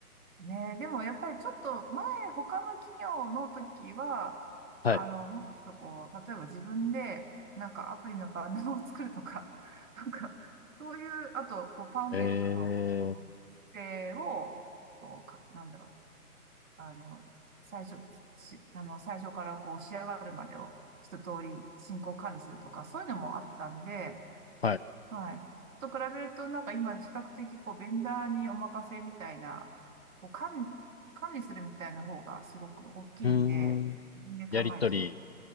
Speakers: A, on the right; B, on the left.
A: ね。でもやっぱりちょっと前、他の企業の時は、
B: はい。
A: あの、もうちょっとこう、例えば自分で、なんかアプリのバナーを作るとか、<laughs> なんか、そういう、あと、こう、パンフレットの、
B: ええ、
A: あの、作成を、こう、か、なんだろう、あの、最初、し、あの、最初からこう、仕上がるまでを一通り進行管理するとか、そういうのもあったんで、
B: はい。
A: はい。ちょっと比べると、なんか今、比較的、こう、ベンダーにお任せみたいな、こう、管理、管理するみたいな方がすごく大きいんで、
B: うーん。
A: 自分で考えるという。
B: やりとり